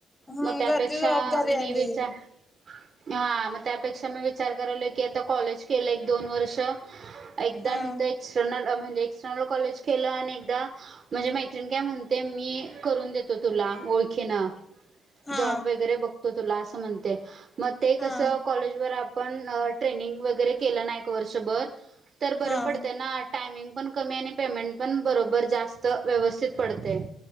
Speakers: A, on the left; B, on the right.
A: ह
B: मग त्यापेक्षा,
A: घरची जबाबदारी
B: मी
A: आली
B: विचार हा, मग त्यापेक्षा मी विचार करालोय की आता कॉलेज केलं एक दोन वर्ष एकदा
A: हा
B: तीथ एक्स्टर्नल अ म्हणजे एक्स्टर्नल कॉलेज केलं आणि एकदा म्हणजे मैत्रिणी काय म्हणते मी करून देतो तुला ओळ खिन
A: हा
B: जॉब वगैरे बघतो तुला असं म्हणते. मग ते कसं
A: हा
B: कॉलेज वर आपण ट्रेनिंग वगैरे केलं ना एक वर्षभर तर बरं
A: हा
B: पडते ना. टायमिंग पण कमी आणि पेमेंट पण बरोबर जास्त, व्यवस्थित पडतय.